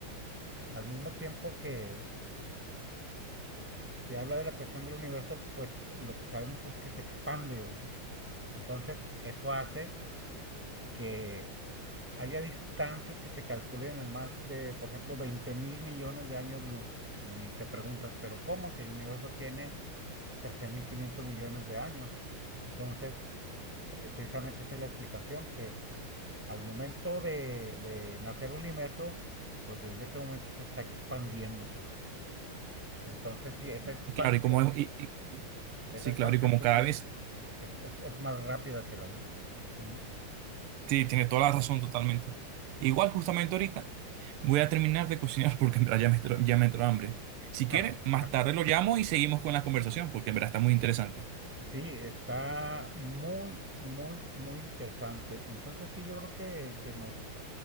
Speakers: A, in the centre; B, on the right (about 85°).
A: al mismo tiempo que, se habla de la creación del universo, pues lo que sabemos es que se expande. ¿no? Entonces, eso hace que haya distancias que se calculen en más de, por ejemplo, veinte mil millones de años luz. Y te preguntas, ¿pero cómo? Si el universo tiene 13.500 millones de años. Entonces, eh, precisamente esa es la explicación, que al momento de, de nacer el universo, pues desde ese momento se está expandiendo. ¿no? Entonces, si esa expansión
B: Y Claro, y como y- y-
A: esa
B: sí,
A: expansión
B: claro, y como
A: pues,
B: cada
A: sí
B: vez,
A: es, es, es más rápida que la luz. Ujú.
B: sí, tiene toda la razón totalmente. Igual justamente ahorita voy a terminar de cocinar <laughs> porque en verdad ya me entró, ya me entró hambre. Si
A: <laughs>
B: quiere, más tarde lo llamo y seguimos con la conversación porque en verdad está muy interesante.
A: Sí, está muy, muy, muy interesante. Entonces sí, yo creo que, que nos,